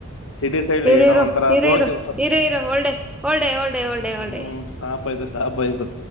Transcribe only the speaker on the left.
ಸಿಡಿ ಸೈಡ್
ಏನೋ
ಒಂತರಸ
ಹಕಿ
ಹೊಸ
ಹ್ಮ
ಹಬಾಯಯತು ಸ ಹಬ್ಬ ಆಯ್ತು